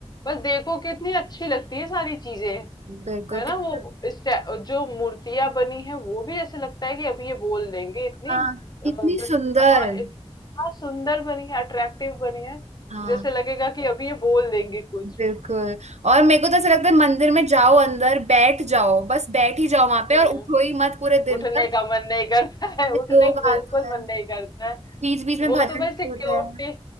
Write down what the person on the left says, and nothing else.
बस देखो कितनी अच्छी लगती है सारी चीजें
है ना
वो स्टै- जो मूर्तियां बनी है वो भी ऐसे लगता है कि अभी ये बोल देंगे इतनी
अ, जो-
हाँ इतना सुंदर बनी है अट्रैक्टिव बनी है
जैसे लगेगा कि अभी ये बोल देंगे कुछ
हम्म
उठने
का मन नहीं करता है
उठने
का बिल्कुल
मन नहीं करता है।
वो
तो भाई
सिक्योरिटी